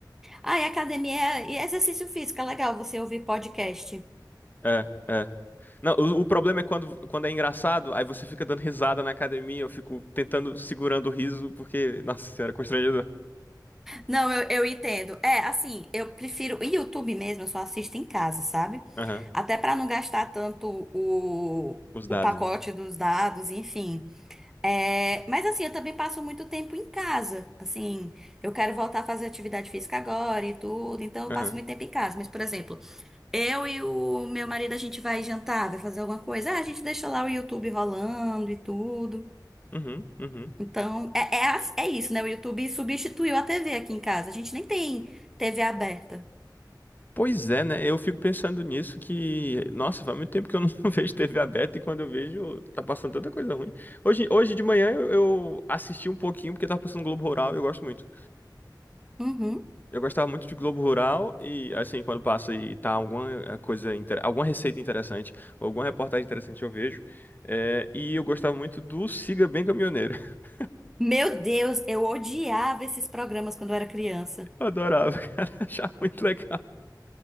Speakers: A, in the centre; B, on the left.
A: Ah, e academia e exercício físico, é legal você ouvir podcast.
B: É, é. Não, o, o problema é quando, quando é engraçado, aí você fica dando risada na academia, eu fico tentando, segurando o riso, porque, nossa senhora, é constrangedor.
A: Não, eu, eu entendo. É, assim, eu prefiro. E YouTube mesmo, eu só assisto em casa, sabe?
B: Aham,
A: Até pra não gastar tanto o,
B: Os dados,
A: o pacote
B: né?
A: dos dados, enfim. É, mas assim, eu também passo muito tempo em casa. Assim, eu quero voltar a fazer atividade física agora e tudo, então eu
B: Aham,
A: passo muito tempo em casa. Mas, por exemplo, eu e o meu marido, a gente vai jantar, vai fazer alguma coisa. Ah, a gente deixa lá o YouTube rolando e tudo.
B: Uhum, uhum.
A: Então, é, é, as- é isso, né? O YouTube substituiu a TV aqui em casa. A gente nem tem TV aberta.
B: Pois é, né? Eu fico pensando nisso que, nossa, faz muito tempo que eu não <laughs> vejo TV aberta e quando eu vejo, tá passando tanta coisa ruim. Hoje, hoje de manhã eu, eu assisti um pouquinho porque tava passando Globo Rural e eu gosto muito.
A: Uhum.
B: Eu gostava muito de Globo Rural e, assim, quando passa e tá alguma eh, coisa, inter- alguma receita interessante, ou alguma reportagem interessante eu vejo. Eh, e eu gostava muito do Siga Bem Caminhoneiro. <laughs>
A: Meu Deus, eu odiava esses programas quando eu era criança.
B: Eu adorava, cara, <laughs> achava muito legal.